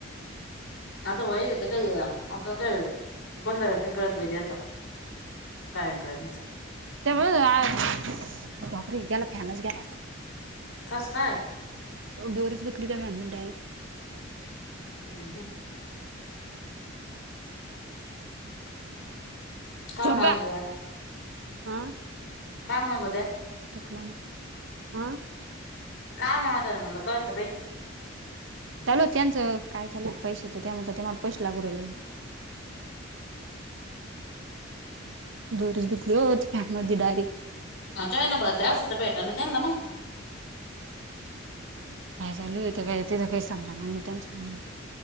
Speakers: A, on the left (about 85°); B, on the right (about 70°).
A: आता वईेत काही आता काय गोंडळासने कळत नाही त्यांचं कायन काळनीचं
B: ते होय, बापरे गेला फॅनच गेला आता
A: खस काय?
B: दोरीचं तुटली तर फॅन मध्ये हाय
A: हम्म काम
B: झोप का
A: आज आलं
B: हा,
A: म्हणत होत्या
B: तुटला मग, हा
A: काय म्हणात म्हणलं कळत बाई
B: चालू आहं त्यांचं काय चालू पैशाचं त्यामुळे म्हणते त्या मला पैसे लागू राहिलेले. दुरीचं घुसली वो ती फ्यान मध्ये डायरेक्ट
A: आता आहे ना भरल्यास आता भेटा ना तेणा मग
B: काय चालू हेय काय ते तर काही समजणा नाही त्यांचांगून